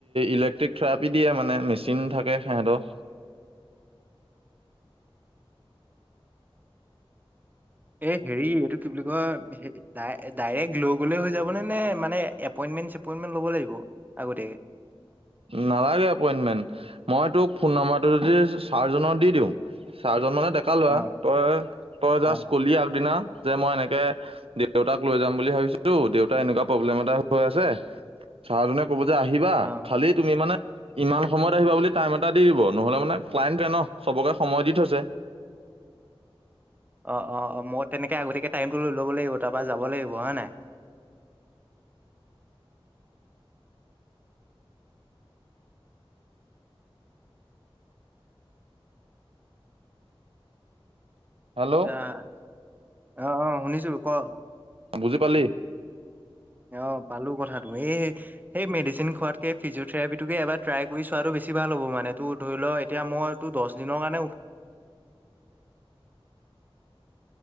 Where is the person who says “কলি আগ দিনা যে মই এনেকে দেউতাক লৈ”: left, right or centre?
Right